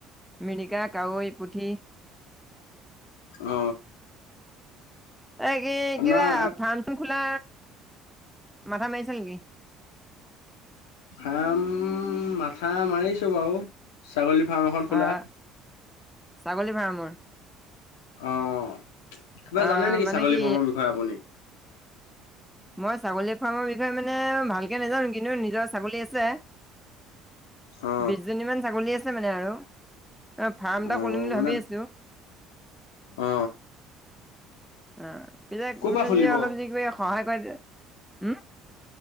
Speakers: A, in the centre; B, on the left.
A: মিৰিকা কাৱৈ পুঠি
B: অ অ
A: এই কি
B: আপোনাৰ
A: কিবা ফাৰ্ম চো খোলা মাথা মাৰিছে নেকি
B: খাম মাথা মাৰিছো বাৰু ছাগলী ফাৰ্ম এখন খোলা
A: অ' ছাগলী ফাৰ্মৰ
B: অ কিবা
A: অ'
B: জানে নেকি
A: মানে
B: ছাগলী
A: কি
B: ফাৰ্মৰ বিষয়ে আপুনি
A: মই ছাগলী ফাৰ্মৰ বিষয়ে মানে ভালকে নোজানো কিন্তু নিজৰ ছাগলী আছে
B: অ
A: বিশজনী মান ছাগলী আছে মানে আৰু অ ফাৰ্ম
B: অ
A: এটা কৰিম বুলি
B: মানে
A: ভাবি আছো
B: অ
A: অ পাক
B: ক'ৰ
A: কো
B: পৰা খুলিব
A: অলপ য কিবা সহায় কৰে দ হ